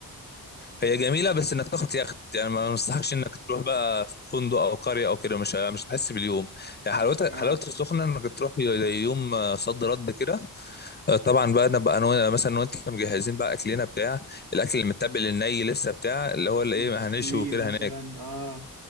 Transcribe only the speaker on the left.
هي جميله بس انك تاخد يخت يعني ما مستحقش انك تروح بقى في فندق او قريه او كده مش مش هتحس باليوم يعني حلاوتها
حلاوه السخنه انك تروح زي يوم آه، صد رد كده آه، طبعا بقى نبقى انا وأنا- مثلا وانت مجهزين بقى اكلنا بتاع الاكل المتبل الني لسه بتاع اللي هو اللي
ايه هنشوي وكده
هناك